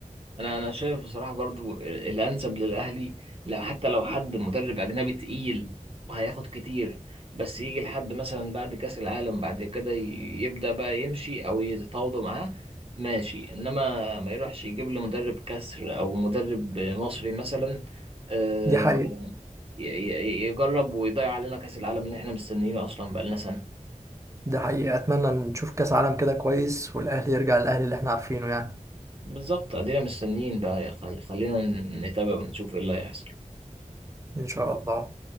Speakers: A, on the right (about 45°); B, on the right (about 20°).
A: انا انا شايف بصراحه برضو ال- الانسب للاهلي لو حتى لو حد مدرب اجنبي تقيل وهياخد كتير بس يجي لحد مثلا بعد كاس العالم بعد كده ي- يبدا بقى يمشي او يتفاوضوا معاه ماشي انما ما يروحش يجيب له مدرب كسر او مدرب مصري مثلا آه،
B: دي حقيقه
A: ي- ي- يجرب ويضيع علينا كاس العالم اللي احنا مستنيينه اصلا بقالنا سنه
B: دي حقيقه اتمنى نشوف كاس عالم كده كويس والاهلي يرجع للاهلي اللي احنا عارفينه يعني
A: بالظبط ادينا مستنيين بقى يا خل- خلينا نتابع ونشوف ايه اللي هيحصل
B: ان شاء الله